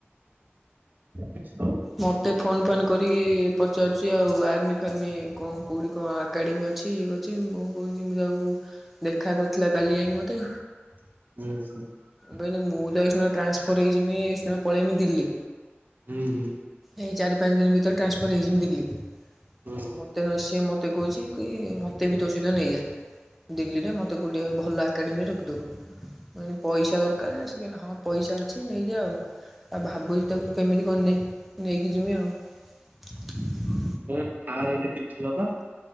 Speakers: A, on the right; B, in the centre.
A: <unintelligible>
B: ମତେ ଫୋନ୍ ଫାନ୍ କରିକି ପଚାରୁଛି ଆଉ ଆ ର୍ମି ଫାର୍ମି କଣ କୋଉଠି କଣ ଏକାଡେମୀ ଅଛି ଇଏ ଅଛି ମୁଁ <unintelligible> ଦେଖା କରିଥିଲା କାଲି ଯାଇକି ମତେ।
A: <unintelligible>
B: କାଇଁ କି ନା <unintelligible> ଟ୍ରାନ୍ସଫର୍ ହୋଇଯମି ଏ ପଳେଇମି ଦିଲ୍ଲୀ।
A: ହୁଁ ହୁଁ।
B: ଏଇ ଚାରି ପାଞ୍ଚ ଦିନ ଭିତରେ ଟ୍ରାନସ୍ଫର ହେଇଯିମି ଦିଲ୍ଲୀ।
A: ହଁ।
B: ମତେ ନଇ ସିଏ ମତେ ମତେ କହୁଛି କି ମତେ ବି ତୋ ସହିତ ନେଇଯା। ଦିଲ୍ଲୀରେ ମତେ କୋଟେ ଭଲ ଆ କାଡିମି ରକିଦୋବୁ। ମାନେ ପଇସା ଦରକାରେ ଏସ୍ ହଁ ପଇସା ଅଛି ନେଇଯା ଆଉ ତା ଭାବୁଛି ତାକୁ କେମିତି କରିନି ନେଇକି ଜିମି ଆଉ। <inaudible>
A: ହୁଁ ଆ। <unintelligible>